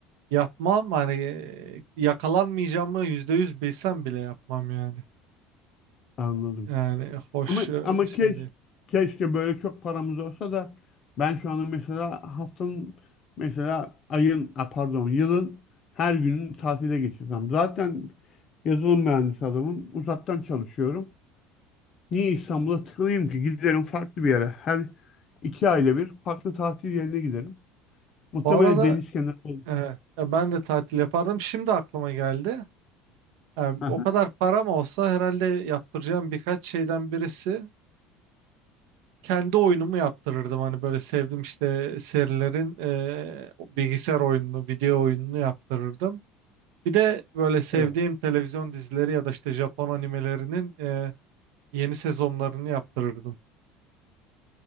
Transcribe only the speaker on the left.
Anladım.
Ama
ama
keş,
keşke böyle çok paramız olsa da ben şu anda mesela haftanın mesela ayın a, pardon yılın her gününü tatile geçirsem. Zaten yazılım mühendisi adamım. Uzaktan çalışıyorum. Niye İstanbul'a tıkılayım ki? Giderim farklı bir yere. Her iki ayda bir farklı tatil yerine giderim. Muhtemelen
deniz kenarı olur.
Aha.
Evet.